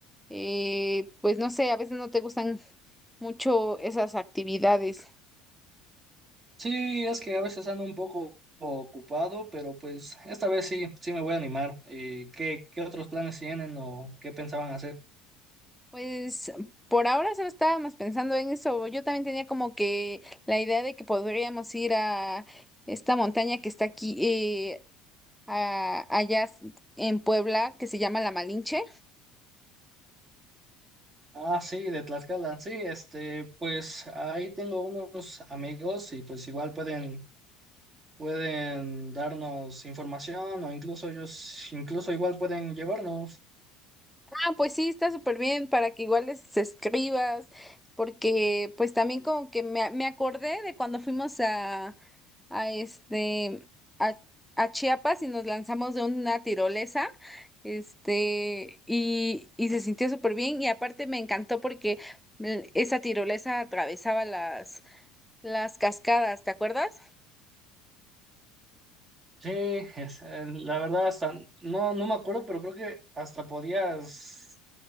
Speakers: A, in the centre; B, on the right.
A: eh, pues no sé, a veces no te gustan mucho esas actividades.
B: Sí, es que a veces ando un poco ocupado, pero pues esta vez sí, sí me voy a animar. ¿Y qué, qué otros planes tienen o qué pensaban hacer?
A: Pues por ahora solo estábamos pensando en eso. Yo también tenía como que la idea de que podríamos ir a esta montaña que está aquí, eh, a- allá en Puebla, que se llama La Malinche.
B: Ah, sí, de Tlaxcala. Sí, este, pues ahí tengo unos amigos y pues igual pueden pueden darnos información o incluso ellos, incluso igual pueden llevarnos.
A: Ah, pues sí, está súper bien para que igual les escribas, porque pues también como que me, me acordé de cuando fuimos a, a este, a, a Chiapas y nos lanzamos de una tirolesa, este, y, y se sintió súper bien y aparte me encantó porque mm, esa tirolesa atravesaba las, las cascadas, ¿te acuerdas?
B: Sí, es- eh, la verdad hasta, no, no me acuerdo, pero creo que hasta podías